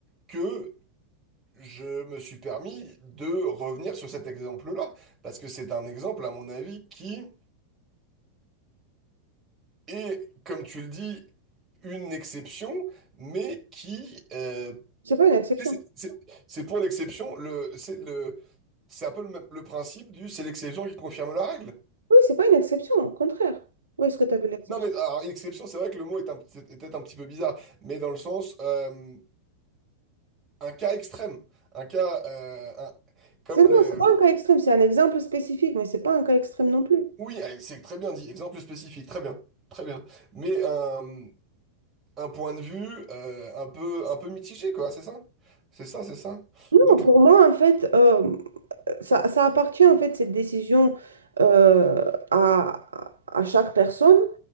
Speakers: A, on the right (about 20°); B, on the right (about 75°).
A: que je me suis permis de revenir sur cet exemple-là, parce que c'est un exemple, à mon avis, qui est, comme tu le dis, une exception, mais qui... euh,
B: C'est pas une exception.
A: c'est c'est- c'est pour l'exception, le, c'est le, c'est un peu le, même- le principe du c'est l'exception qui confirme la règle.
B: Oui, c'est pas une exception, au contraire. Où est-ce que tu as vu l'exception?
A: Non, mais alors, exception, c'est vrai que le mot est un petit- était un petit peu bizarre, mais dans le sens, euh, un cas extrême, un cas euh, un- comme
B: C'est
A: le...
B: non, c'est pas un cas extrême, c'est un exemple spécifique, mais c'est pas un cas extrême non plus.
A: Oui, euh, c'est très bien dit, exemple spécifique, très bien, très bien. Mais un, un point de vue euh, un peu, un peu mitigé, quoi, c'est ça? C'est ça, c'est ça.
B: Non,
A: Donc,
B: pour moi, en fait, euh, Ça, ça appartient en fait cette décision euh, à, à chaque personne.